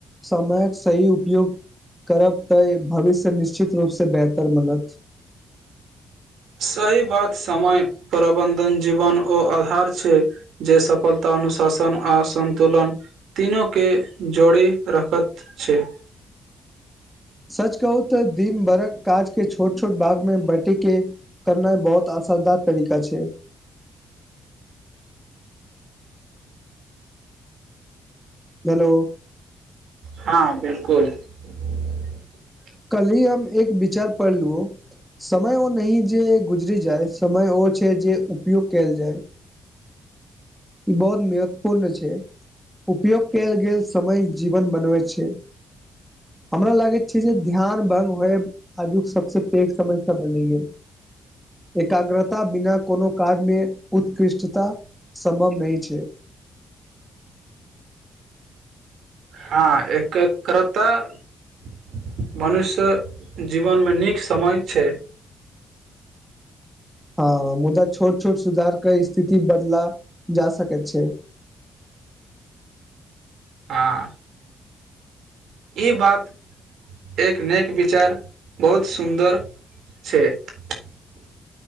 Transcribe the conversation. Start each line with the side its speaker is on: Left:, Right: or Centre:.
Centre: समयक सही उपयोग। <unintelligible> करब तऽ भविष्य। <unintelligible> निश्चित रूप से बेहतर मनत। <unintelligible>
Right: सही बात समय प्रबन्धन जीवन ओ आधार छै जे सफलता अनुशासन आ सन्तुलन तीनूेँ जोड़ि रखैत छै। <unintelligible>
Centre: सच कहू तऽ दिन भरक काज के छोट छोट भाग में बैटी के। <unintelligible> करना बहुत आसदा। <unintelligible> तरिका छै। <unintelligible> हेलो। <unintelligible>
Right: हँ बिलकुल। <unintelligible>
Centre: कली हमम एक विचार पढ़ लु समय ओ नह जे गुजरी जाइ समय ओ छै जे उपयोग कल जाइ <unintelligible> ई बहुत महत्वपूर्ण छै उपयोग कयल गेल समय जीवन बनबैत छै हमरा लागैत छै जे ध्यान भ्ंग होए आजुक सबस पैघ समस्य बनि गेल एकाग्रता बिना कोनो काज मे उत्कृष्टता। <unintelligible> समभम नहिह छै। <unintelligible>
Right: हँ एकक्रता। <unintelligible> मनुष्य। जीवनमे नीक समय छै।
Centre: हँ मुदा। छोट छोट सुधार के स्थिति बदला जा सकैत छै।
Right: हँ। <unintelligible> ई बात एक नेक विचार बहुत सुन्दर छै। <unintelligible>